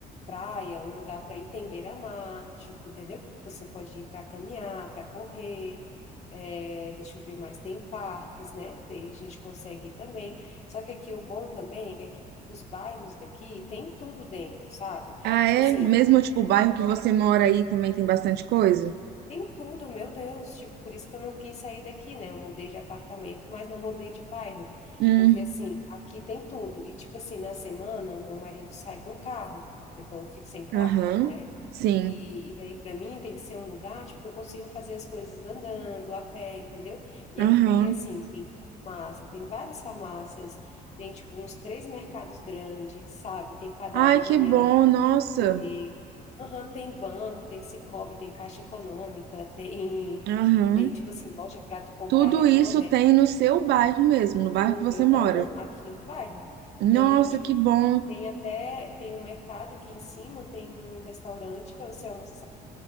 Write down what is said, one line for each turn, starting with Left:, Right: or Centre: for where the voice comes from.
Left: praia, um lugar para ir tem beira-mar, tipo, entendeu? Você pode ir para caminhar, para correr. é, deixa eu ver mais, tem parques, né? Daí a gente consegue ir também. Só que aqui o bom também é que os bairros daqui tem tudo dentro, sabe?
Right: Ah,
Left: Tipo
Right: é?
Left: assim,
Right: Mesmo, tipo, o bairro que você mora aí também tem bastante coisa?
Left: tem tudo, meu Deus. Tipo, por isso que eu não quis sair daqui, né? Eu mudei de apartamento, mas não mudei de bairro.
Right: Hum,
Left: Porque, assim, aqui tem tudo. E, tipo assim, na semana, o meu marido sai com carro. Então, eu fico sem carro,
Right: aham,
Left: né?
Right: sim,
Left: E, e daí, para mim, tem que ser um lugar, tipo, que eu consiga fazer as coisas andando, a pé, entendeu? E
Right: aham.
Left: aqui, assim, tem farmácia, tem várias farmácias, tem, tipo, uns três mercados grandes, sabe? Tem padaria
Right: Ai, que bom,
Left: que tu
Right: nossa,
Left: pode escolher. Aham, tem banco, tem Sicoob, tem Caixa Econômica, tem,
Right: aham.
Left: tem tipo assim, loja para tu comprar
Right: Tudo
Left: eletrodoméstico.
Right: isso tem no seu bairro mesmo, no bairro
Left: No
Right: que você
Left: meu,
Right: mora.
Left: aham, aqui no bairro.
Right: Nossa,
Left: Tem, tipo,
Right: que bom,
Left: tem até, tem um mercado aqui em cima, tem um restaurante para você almoçar.